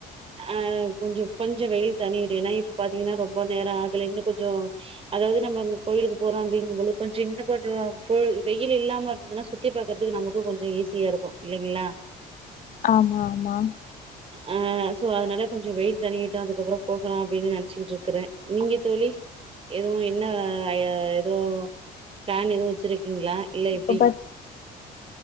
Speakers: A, on the right (about 35°); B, on the left (about 50°).
A: ஆ கொஞ்ச கொஞ்சொ வெயில் தணியட்டு ஏன்னா இப்ப பாத்தீங்கன்னா ரொம்ப நேரோ ஆகல இன்னு கொஞ்சோ அதாவது நம்மகோயிலுக்கு போறோ அப்டிங்கும்போ கொஞ்ச இன்னு கொஞ்சொ வெயில்லாம இருந்ததுன்னா சுத் தி பாக்கறதுக்கு நமக்கூ கொஞ்சோ ஈஸியாருக்கு இல்லைங்களா
B: ஆமா ஆமா
A: அ சோ அதனால கொஞ்சோ வெயில் தணியட்டு அதுக்கப்றோ போகலா அப்டின்னு நெனச்சுக்கிட்டு இருக்றே நீங்க தோழி எதூ என்ன எதோ பிளான் எதும் வச்சிருக்கீங்களா இல்ல
B: இப்ப
A: எப்டி
B: பாத்